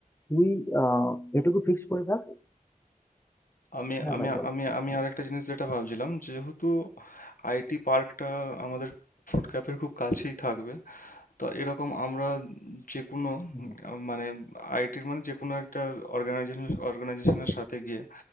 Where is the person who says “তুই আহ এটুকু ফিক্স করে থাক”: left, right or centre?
Left